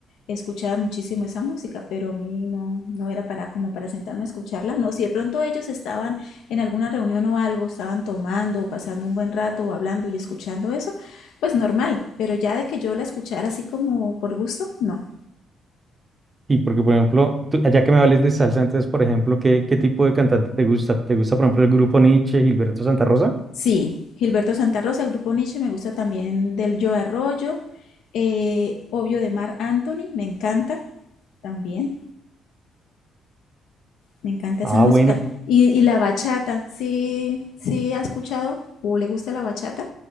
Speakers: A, on the left; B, on the right.
A: escuchaban muchísimo esa música, pero a mí no, no era para como para sentarme a escucharla. No, si de pronto ellos estaban en alguna reunión o algo, estaban tomando, o pasando un buen rato, o hablando y escuchando eso, pues normal, pero ya de que yo la escuchara así como por gusto, no.
B: y porque, por ejemplo, tú- ya que me hables de salsa, entonces, por ejemplo, ¿qué, qué tipo de cantante te gusta? ¿Te gusta, por ejemplo, el grupo Nietzsche, Gilberto Santa Rosa?
A: Sí, Gilberto Santa Rosa, el grupo Nietzsche, me gusta también del Yo Arroyo, eh, obvio de Mar Anthony, me encanta también. Me encanta
B: Ah,
A: esa música.
B: bueno,
A: Y, y la bachata, ¿sí, sí ha escuchado o le gusta la bachata?